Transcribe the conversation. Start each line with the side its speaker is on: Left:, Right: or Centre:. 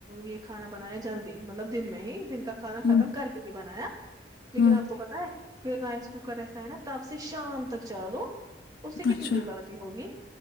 Right: یہ کھانا بنایا جلدی مطلب دن میں ہی دن کھانا ختم
Left: ہمم
Right: کر کے لیے بنایا لیکن
Left: ہمم
Right: آپ کو پتا ہے پھر نہ اس کو ککر ر نا تب سے شام تک چالو اس سے کتنی
Left: اچھا
Right: بل آتی ہوگی